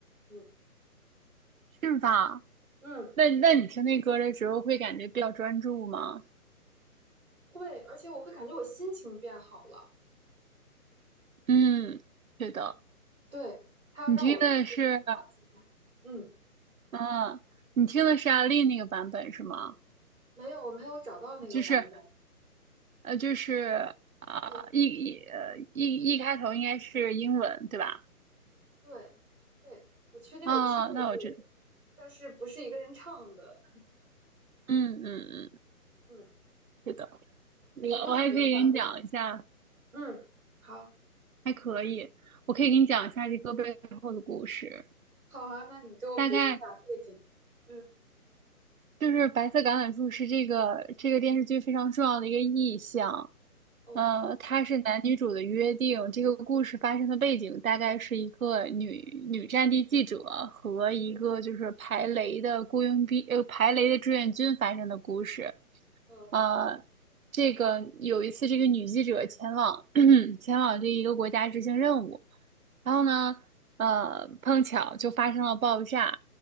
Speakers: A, on the right; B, on the right.
A: 嗯
B: 是吧？
A: 嗯，
B: 那那你听那歌的时候会感觉比较专注吗？
A: 会，而且我会感觉我心情变好了，
B: 嗯，是的，
A: 对，它让我就是舒缓下来。
B: 你听的是，
A: 嗯。
B: 嗯，你听的是阿丽那个版本是吗？
A: 没有，我没有找到那个版本。
B: 就是呃，就是啊、
A: 呃，
B: 一一呃一一开头应该是英文对吧？
A: 对，对，我确定我听着对，
B: 啊，那我知道，
A: 但是不是一个人唱的。
B: 嗯嗯嗯，
A: 嗯，
B: 是的，我我还可以给你讲一下，
A: 我估计原版会。嗯，好，
B: 还可以，我可以给你讲一下这歌背后的故事。
A: 好啊，那你给我补充点儿背景。
B: 大概
A: 嗯，
B: 就是白色橄榄树是这个这个电视剧非常重要的一个意象，
A: 哦，
B: 呃，它是男女主的约定。这个故事发生的背景大概是一个女女战地记者和一个就是排雷的雇佣兵，
A: 嗯
B: 呃，排雷的志愿军发生的故事。
A: 嗯
B: 呃，这个有一次，这个女记者前往 <clears throat> 前往这一个国家执行任务，然后呢。呃，碰巧就发生了爆炸，